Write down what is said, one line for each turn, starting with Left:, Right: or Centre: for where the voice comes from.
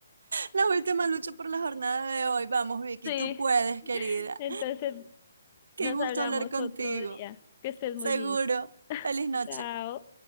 Right: la última lucha por la jornada de hoy. Vamos, Vicky,
Left: Sí.
Right: tú puedes, querida.
Left: Entonces
Right: Qué
Left: nos
Right: gusto
Left: hablamos
Right: hablar contigo.
Left: otro día. Que estés
Right: Seguro.
Left: muy bien.
Right: Feliz noche.
Left: Chao.